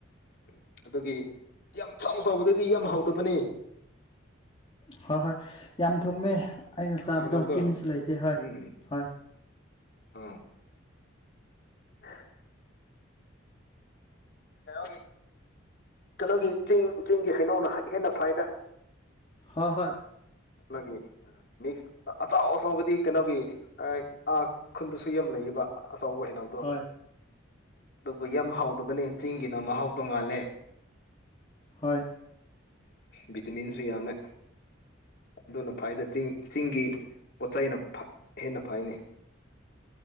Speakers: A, on the left; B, on the left.
A: ꯎꯝ ꯑꯗꯨꯒꯤ ꯌꯥꯝ ꯆꯥꯎ ꯆꯥꯎꯕꯗꯗꯤ ꯌꯥꯝ ꯍꯥꯎꯗꯕꯅꯤ
B: ꯍꯣꯏ ꯍꯣꯏ ꯌꯥꯝ ꯊꯨꯝꯃꯦ ꯑꯩꯅ ꯆꯥꯕꯗꯣ
A: ꯍꯩꯅꯧꯗꯣ
B: ꯇꯤꯟꯁꯨ ꯂꯩꯇꯦ ꯍꯣꯏ
A: ꯎꯝ
B: ꯍꯣꯏ
A: ꯑꯥ ꯑ ꯀꯩꯅꯣꯒꯤ ꯀꯩꯅꯣꯒꯤ ꯆꯤꯡ ꯆꯤꯡꯒꯤ ꯍꯩꯅꯧꯅ ꯍꯦꯟꯅ ꯐꯥꯏꯅ
B: ꯍꯣꯏ ꯍꯣꯏ
A: ꯑꯒꯤ ꯁ ꯑꯆꯥꯎ ꯑꯆꯕꯗꯤ ꯀꯩꯅꯣꯒꯤ ꯑꯥ ꯈꯨꯟꯗꯨꯁꯨ ꯌꯥꯝ ꯂꯩꯌꯦꯕ ꯑꯆꯧꯕ ꯍꯦꯩꯅꯧꯗꯣ
B: ꯍꯣꯏ
A: ꯑꯗꯨꯕꯨ ꯌ ꯍꯥꯎꯗꯕꯅꯤ ꯆꯤꯡꯒꯤꯅ ꯃꯍꯥꯎ ꯇꯣꯉꯥꯜꯂꯦ
B: ꯍꯣꯏ
A: ꯕꯤꯇꯃꯤꯟꯁꯨ ꯌꯥꯝꯃꯦ ꯑꯗꯨꯅ ꯐꯥꯏꯗ ꯆꯤꯡ ꯆꯤꯡꯒꯤ ꯄꯣꯠꯆꯅ ꯍꯦꯟꯅ ꯐꯥꯏꯅꯤ <unintelligible>